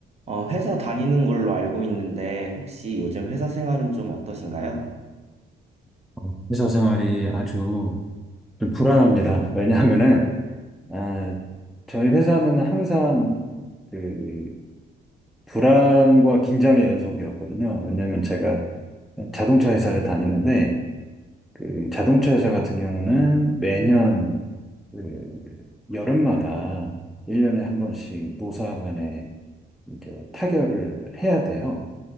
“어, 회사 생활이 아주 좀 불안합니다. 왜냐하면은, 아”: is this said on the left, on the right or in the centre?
Centre